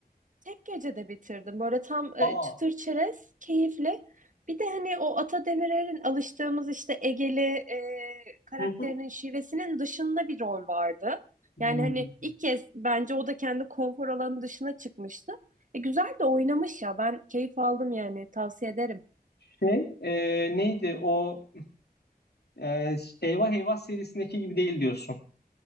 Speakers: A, on the right; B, on the left.
A: Tek gecede bitirdim. Böyle tam e,
B: Aa.
A: çıtır çerez, keyifli. Bir de hani o Ata Demirer'in alıştığımız işte Egeli e, karakterinin
B: Hı hı.
A: şivesinin dışında bir rol vardı.
B: Hmm.
A: Yani hani ilk kez bence o da kendi konfor alanı dışına çıkmıştı. E, güzel de oynamış ya. Ben keyif aldım yani. Tavsiye ederim.
B: Şey e, neydi o e, Eyvah Eyvah serisindeki gibi değil diyorsun.